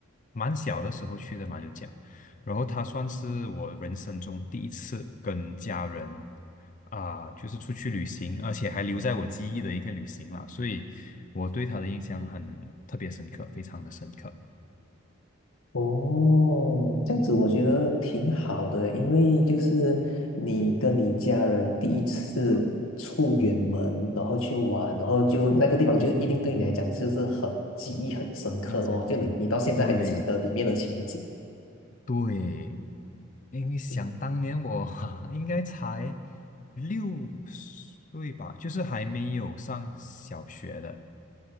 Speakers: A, on the left; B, on the left.
A: 蛮小的时候去的马六甲，然后它算是我人生中第一次跟家人啊、就是出去旅行，而且还留在我记忆的一个旅行啦，所以我对它的印象很特别深刻，非常的深刻，
B: 哦，这样子我觉得挺好的，因为就是你跟你家人第一次出远门，然后去玩，然后就那个地方就一定对你来讲就是很记忆很深刻哦，
A: 印象深刻。
B: 就你你到现在还记得里面的情景。
A: 对对，因为想当年我
B: 嗯
A: <laughs> 应该才六岁吧，就是还没有上小学的。